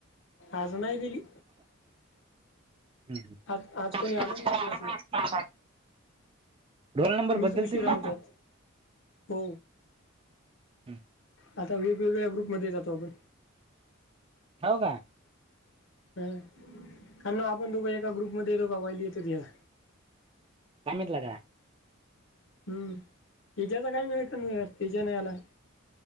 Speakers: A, on the left (about 60°); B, on the right (about 25°).
A: आज नाही दिली
B: ह् <unintelligible>
A: आज आज कोणी आलंच नाही क्लासवर
B: रोल नंबर
A: मीच
B: बदलतील
A: उशीर आलतो
B: ना
A: आज हो
B: हम्म.
A: आता वेगवेगळ्या ग्रुपमध्ये जातो आपण
B: हो का
A: ह खर ना आपण दोघं एका ग्रुपमध्येध्ये दोघा वईली येतोतीला
B: काय माहीत लगा
A: हम्म तिज्याच काय मिळ का नाहीर तिज नाही आला